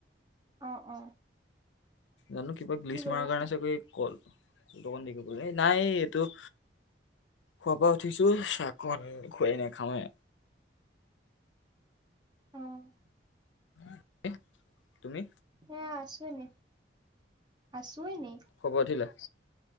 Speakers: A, on the right; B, on the left.
A: অ', অ'।
B: জানোঁ কিবা গ্লিচ
A: কি কৰিছা
B: মৰাৰ কাৰণে চাগৈ কল কলটো অকণ <unintelligible> এই নাই এইটো খোৱাৰ পৰা উঠিছো চাহকন খুৱাই নে খাওঁ হে।
A: অ'।
B: <unintelligible> তুমি?
A: এয়া আছোঁ এনে, আছোঁ এনেই।
B: শুৱাৰ পৰা উঠিলা?